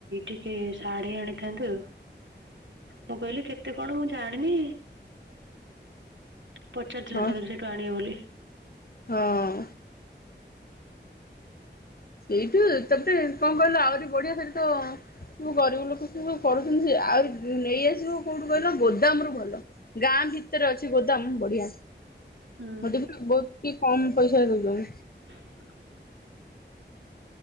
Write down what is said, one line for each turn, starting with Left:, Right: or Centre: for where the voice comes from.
Right: ଟିକେ ଶାଢ଼ୀ ଆଣିଥାନ୍ତୁ। ମୁଁ କହିଲି କେତେ କଣ ମୁଁ ଜାଣିନି ପଚାରଥିଲେ
Left: ହଁ
Right: ଯେତେବେଳେ ସେଠୁ ଆଣିବେ ବୋଲି।
Left: ହଁ। ସେଇଠୁ ତତେ କଣ କହିଲ ଆହୁରି ବଢିଆ ସେଇଠି ତ ସବୁ ଗରିବ ଲୋକ ସିଏ ସବୁ କରୁଚନ୍ତି ସେରା ଆଉ ନେଇଆସିବ କୋଉଠୁ କହିଲ ଗୋଦାମରୁୁ ଭଲ ଗାଁ ଭିତରେ ଅଛି ଗୋଦାମ ବଢିଆ।
Right: ହୁଁ।
Left: ମତେ କିନ୍ତୁ ବୋହୁତ ଟି କମ ପଇସାରେ ଦୋଉଚନ୍ତି।
Right: ହ